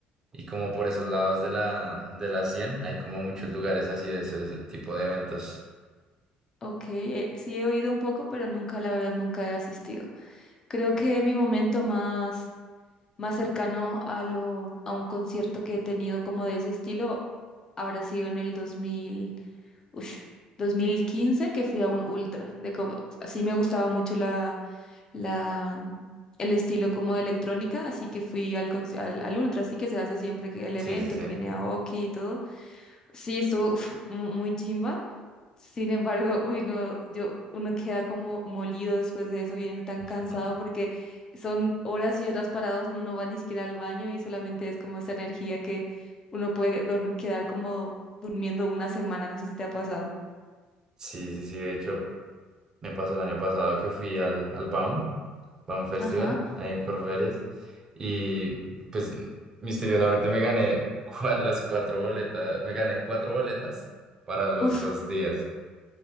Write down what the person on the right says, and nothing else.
y como por esos lados de la, de la 100, hay como muchos lugares así de ese, ese tipo de eventos.
Sí,
sí, sí.
<laughs>
Sí, sí, sí, de hecho, Me pasó el año pasado que fui al, al Baum, Baum Festival,
ahí en Corferias, y pues misteriosamente me gané <laughs> cua- las cuatro boletas, me gané cuatro boletas para los
dos días.